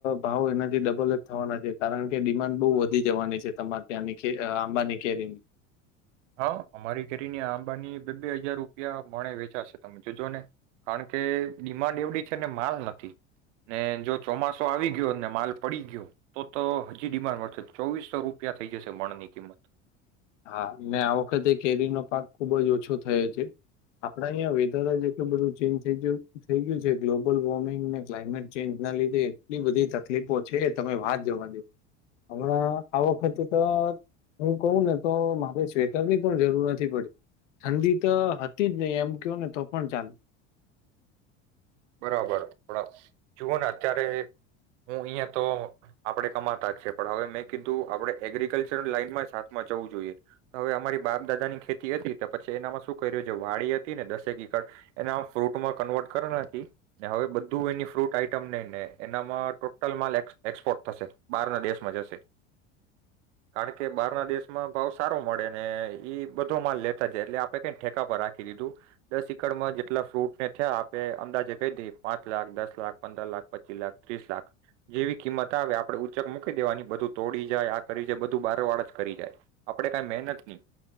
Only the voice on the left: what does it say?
ભાવ એના થી ડબલ જ થવાના છે, કારણ કે ડિમાન્ડ બહુ વધી જવાની છે તમારે ત્યાંની કેર અહ આંબાની કેરીની.
હા ને આ વખતે કેરીનો પાક ખુબ જ ઓછો થયો છે. આપડા અહીંયા વેધર જ એટલું બધું ચેન્જ થઈ ગયું થઈ ગયું છે ગ્લોબલ વોર્મિંગ ને ક્લાઇમેટ ચેન્જ ના લીધે એટલી બધી તકલીફો છે તમે વાત જવા દે. હમણાં આ વખતે તો હું કહું ને તો મારે સ્વેટરની પણ જરૂર નથી પડી. ઠંડી તો હતી જ નહી એમ કયો ને તો પણ ચાલે.